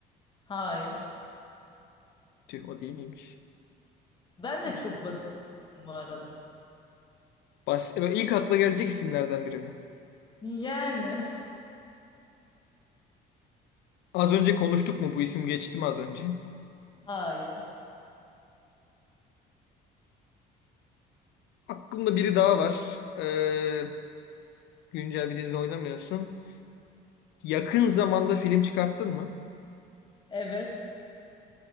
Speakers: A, on the left; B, on the left.
A: Hayır.
B: Tüh, o değil miymiş?
A: Ben de
B: Ee,
A: çok basit tuttum bu arada.
B: Bas, e, ilk akla gelecek isimlerden biri mi?
A: Yani.
B: Az önce konuştuk mu? Bu isim geçti mi az önce?
A: <laughs> Hayır.
B: Aklımda biri daha var. Ee, güncel bir dizide oynamıyorsun. Yakın zamanda film çıkarttın mı?
A: Evet.